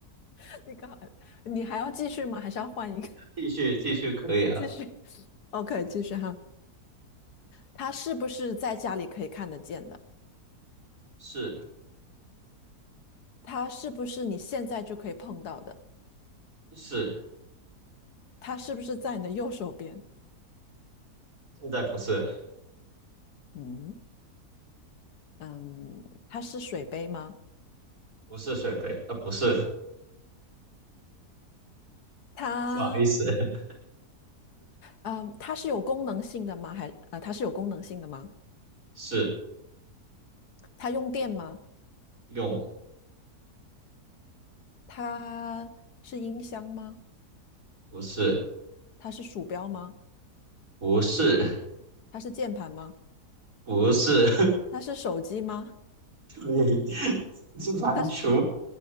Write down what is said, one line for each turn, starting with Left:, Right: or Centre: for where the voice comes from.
Left: <laughs> 你刚，你还要继续吗？还是要换一个？
Right: 继续继续可以啊，
Left: <laughs> 继续，OK，继续哈。它是不是在家里可以看得见的？
Right: 是
Left: 它是不是你现在就可以碰到的？
Right: 是。
Left: 它是不是在你的右手边？
Right: 现在不是，
Left: 嗯嗯，它是水杯吗？
Right: 不是水杯，啊，不是，
Left: 它。
Right: 不好意思，<laughs>
Left: 嗯，它是有功能性的吗？还呃，它是有功能性的吗？
Right: 是
Left: 它用电吗？
Right: 用，
Left: 它是音箱吗？
Right: 不是，
Left: 它是鼠标吗？
Right: 不是，
Left: 它是键盘吗？
Right: 不是，
Left: 它是手机吗？
Right: <laughs> 是排除，
Left: 它是